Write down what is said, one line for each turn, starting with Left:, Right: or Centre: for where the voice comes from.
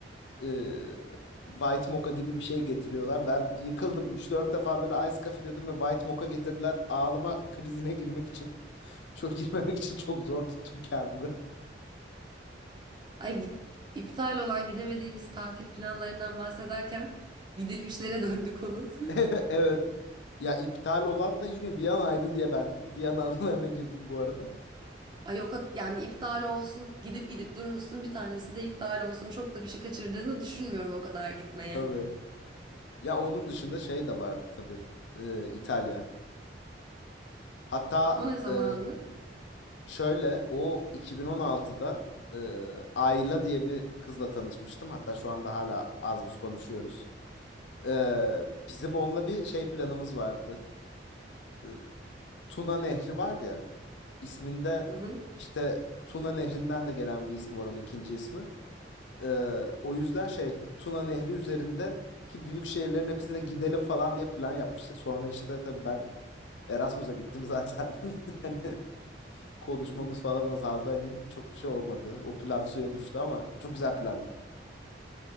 Left: Ee, White mocha gibi bir şey getiriyorlar. Ben yıkıldım. üç dört defa böyle ice coffee dedim ve white mocha getirdiler. Ağlama krizine girmek için. Çok girmemek için çok zor tuttum kendimi.
Right: ay iptal olan gidemediğimiz tatil planlarından bahsederken gidilmişlere döndü konu. <laughs>
Left: <laughs> Evet. Ya iptal olan da yine Viyana'ydı diye ben Viyana anılarına girdim bu arada.
Right: Ay yok yani iptal olsun gidip gidip durmuşsun bir tanesi de iptal olsun çok da bir şey kaçırdığını düşünmüyorum o kadar gitmeye.
Left: Tabii. Ya onun dışında şey de vardı tabii. Ee, İtalya. Hatta
Right: O ne zamandı?
Left: e, şöyle o 2016'da e, Ayla diye bir kızla tanışmıştım. Hatta şu anda hala az buz konuşuyoruz. Ee, bizim onunla bir şey planımız vardı. Ee, Tuna Nehri var ya. isminde
Right: Hı hı.
Left: işte Tuna Nehri'nden de gelen bir ismi var onun ikinci ismi. Ee, o yüzden şey Tuna Nehri üzerindeki büyük şehirlerin hepsine gidelim falan diye plan yapmıştık. Sonra işte tabii ben Erasmus'a gittim zaten. <laughs> Hani konuşmamız falan azaldı. Hani çok bir şey olmadı. O plan suya düştü ama çok güzel plandı.